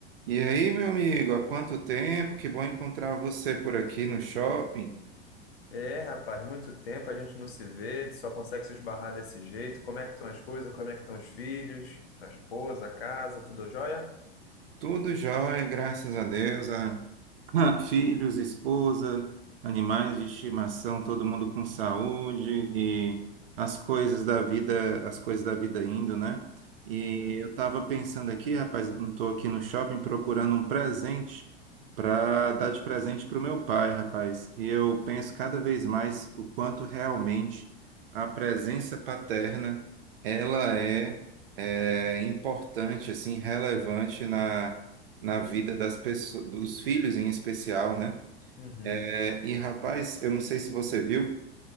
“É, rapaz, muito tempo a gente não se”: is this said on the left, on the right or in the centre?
Left